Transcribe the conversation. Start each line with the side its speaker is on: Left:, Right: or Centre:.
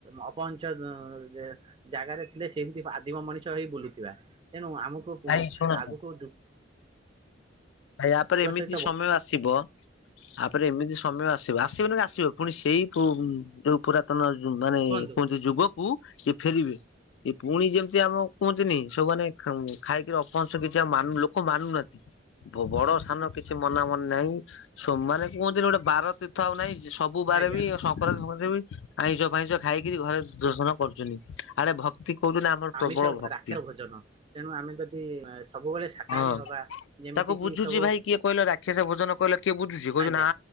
Right: ଅପହଞ୍ଚ ଅଁ ଜାଗାରେ ଥିଲେ ସେମିତି ଆଦିମ ମଣିଷ ହେଇ ବୁଲୁଥିବା। ତେଣୁ ଆମକୁ
Left: ଭାଇ ଶୁଣନ୍ତୁ
Right: ଆଗକୁ ଜୁ
Left: ୟାପରେ ଏମିତି
Right: ସହିତ
Left: ସମୟ ଆସିବ ଆପ ଏମିତି ସମୟ ଆସିବ ଆସିବ ନା ଆସିବ ପୁଣି ସେଇ ଯୋଉ ପୁରାତନ ଜୁ ମାନେ
Right: କୁହନ୍ତୁ।
Left: କୁହନ୍ତି ଯୁଗକୁ ସେଏ ଫେରିବେ। ଏ ପୁଣି ଯେମିତି ଆମ କୁହନ୍ତିନି ସବୁମାନେ ଖାଇକିରି ଅପହଂସ କିଛି ଆନ ଲୋକ ମାନୁନାହାନ୍ତି। ବଡ ସାନ କିଛି ମନା ମନି ନାହିଁ ସୋମାବାରେ କୁହଛନ୍ତି ଗୋଟେ ବାର ତୀର୍ଥ ଆଉ ନାହିଁ। ସବୁ ବାର
Right: ଆଜ୍ଞା
Left: ବି ସଂକ୍ରାନ୍ତି ରେ ବି ଆଇଁଷ ଫାଇଁସ ଖାଇକିରି ଘରେ ଦର୍ଶନ କରୁଛନ୍ତି। ଆରେ ଭକ୍ତି କହୁଛନ୍ତି ଆମର ପ୍ରବଳ
Right: ଆମିଷ
Left: ଭକ୍ତି
Right: ରାକ୍ଷ ଭୋଜନ ତେଣୁ ଆମେ ଯଦି ଆଁ ସବୁବେଳେ ସାକାହାରୀ
Left: ହଁ।
Right: ହବା ଯେମିତି
Left: ତାକୁ
Right: କିି
Left: ବୁଝୁଛି
Right: ସବୁ
Left: ଭାଇ କିଏ କହିଲ ରାକ୍ଷସ ଭୋଜନ କହିଲେ କିଏ ବୁଝୁଛି କହୁଛ
Right: ଆଜ୍ଞା
Left: ନା